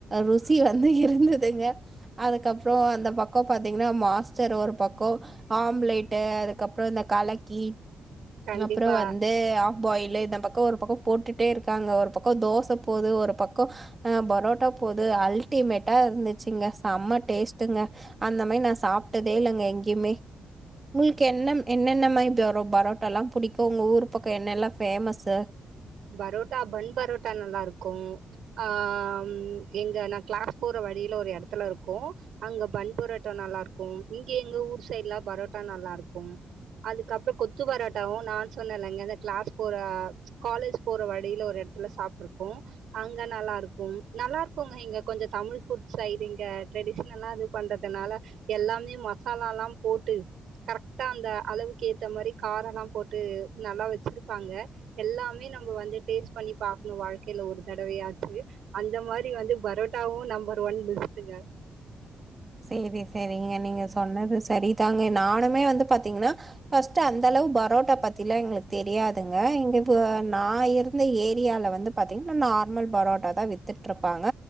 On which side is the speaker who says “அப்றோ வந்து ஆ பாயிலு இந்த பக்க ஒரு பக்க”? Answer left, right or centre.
Right